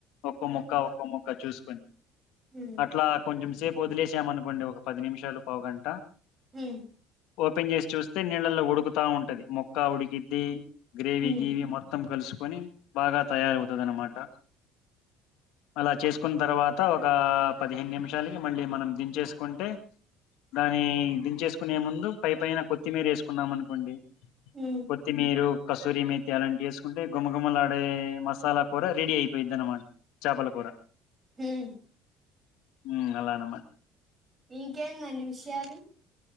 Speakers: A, on the left (about 80°); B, on the right (about 25°).
A: ఒక్కో ముక్క, ఒక్కో ముక్క, చూసుకొని.
B: హ్మ్
A: అట్లా కొంచెం సేపు వదిలేసాము అనుకోండి, ఒక పది నిమిషాలు, పావుగంట.
B: హమ్
A: ఓపెన్ చేసి చూస్తే, నీళ్ళలో ఉడుకుతా ఉంటది, మొక్క ఉడికిద్ది. గ్రేవీ,
B: ఉమ్
A: గీవి మొత్తం కలుసుకొని, బాగా తయారవుతది అన్నమాట. అలా చేసుకున్న తరవాత, ఒక పదిహేను నిమిషాలకి మళ్ళీ మనం దించేసుకుంటే. దాన్ని దించేసుకునే ముందు పై పైన కొత్తిమీర వేసుకున్నాం అనుకోండి.
B: హ్మ్
A: కొత్తిమీరు, కసూరి మేతి అలాంటి వేసుకుంటే గుమగుమలాడే మసాలా కూర రెడీ అయిపోయిది అనమాట. చాపల కూర.
B: హ్మ్
A: మ్ అలా అనమాట.
B: ఇంకేంది అండి విషయాలు.